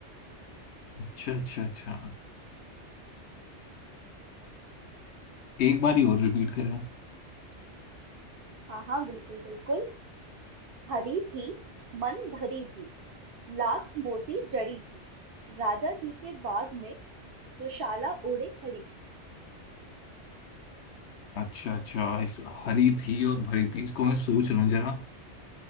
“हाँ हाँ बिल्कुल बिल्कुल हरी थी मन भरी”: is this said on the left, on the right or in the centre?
Right